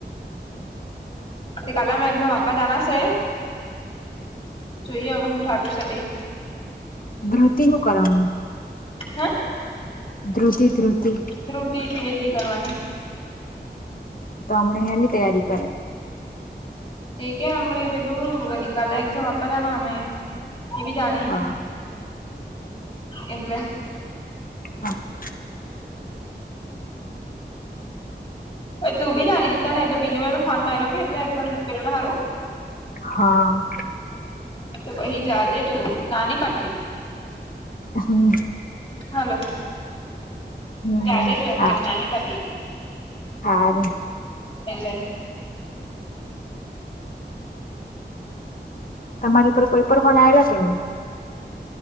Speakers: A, on the left; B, on the left.
A: તે કાલેમાં એકદમ આપવા જના છે. જોઈએ હવે હું છાટું સટી.
B: ધૃતિ હું કરવામાં?
A: હે
B: ધ્રુતિ ધ્રુતિ.
A: ત્રુટી પીએડી કરવાની
B: તો હમણા એની તૈયારી કરે.
A: એ કે હમડે પેલું વરી કાલે એક્ઝામ આપવા જાના અમે એ બી જાની
B: હા
A: એટલે.
B: હા.
A: તું બી જા એટ બ ફોન માર્યો કે એટલે એમ સારું.
B: હા.
A: તો હીજાજેટું નાનહી પાડતી.
B: હમ.
A: હલો
B: હમ
A: જાદે ટું એમ
B: હા
A: કે નાનહી પાડડતી.
B: હારે.
A: એટલે.
B: તમારી ઉપર કોઈ પર બનાવેલા કે નહી.